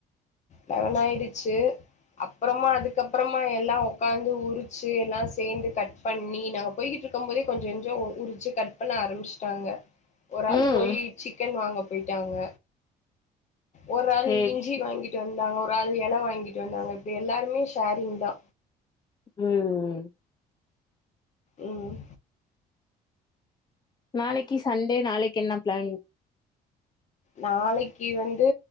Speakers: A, on the left; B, on the left.
A: லெவன் ஆயிடிச்சு அப்புறமா அதுக்கப்புறமா எல்லா உக்காந்து உரிச்சு எல்லா சேந்து கட் பண்ணி நாங்க போய்கிட்டு இருக்கும் போதே கொஞ்சு கொஞ்சு உரிச்சு கட் பண்ண ஆரம்பிச்சுட்டாங்க ஒரு
B: ம்
A: ஆள் போய் சிக்கன் வாங்க போயிட்டாங்க ஒரு ஆள்
B: சேரி
A: இஞ்சி
B: சே
A: வாங்கிட்டு இருந்தாங்க ஒரு ஆது இலை வாங்கிட்டு வந்தாங்க இப்ப எல்லாருமே ஷேரிங் தா
B: உம் ம்
A: உம்
B: நாளைக்கு சண்டே நாளைக்கு என்ன பிளான்
A: நாளைக்கு வந்து